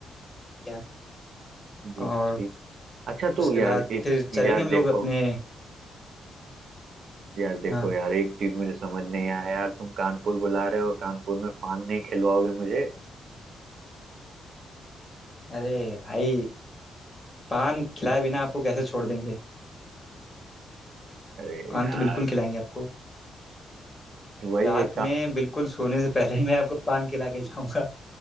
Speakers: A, on the left; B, on the right.
A: है
B: जी,
A: और
B: ठीक अच्छा
A: उसके
B: तो यार
A: बाद
B: एक
A: फिर चलेंगे
B: यार
A: हम
B: देखो
A: लोग अपने
B: यार देखो
A: हाँ
B: यार एक चीज मुझे समझ नहीं आया यार तुम कानपुर बुला रहे हो कानपुर में पान नहीं खिलवाओगे मुझे
A: अरे भाई पान खिलाए बिना आपको कैसे छोड़ देंगे
B: अरे
A: पान
B: यार
A: तो बिल्कुल खिलाएंगे आपको
B: वही
A: रात
B: एक काम
A: में बिल्कुल सोने से पहले ही मैं आपको पान खिला के जाऊंगा